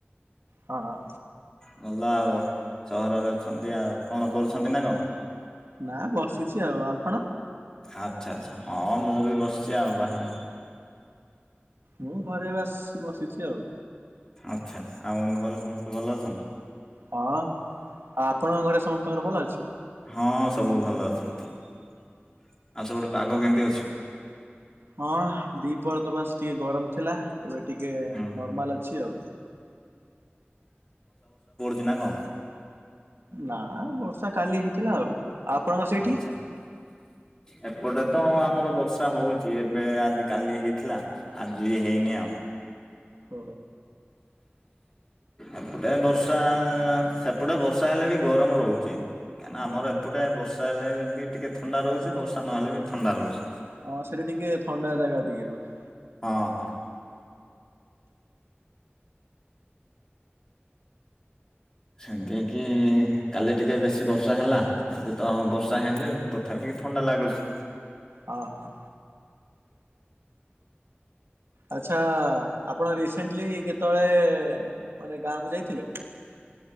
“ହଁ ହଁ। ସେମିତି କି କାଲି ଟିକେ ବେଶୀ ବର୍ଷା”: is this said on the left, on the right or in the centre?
Left